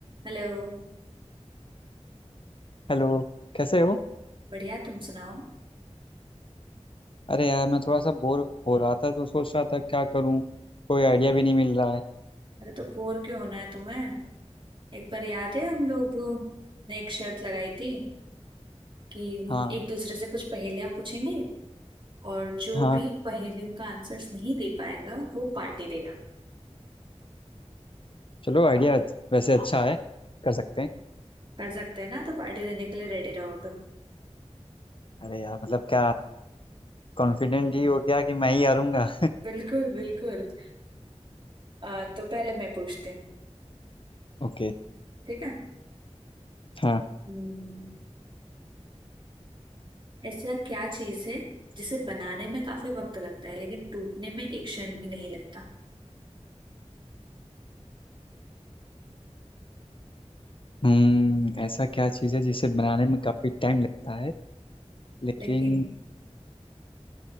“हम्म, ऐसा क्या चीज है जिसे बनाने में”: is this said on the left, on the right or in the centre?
Right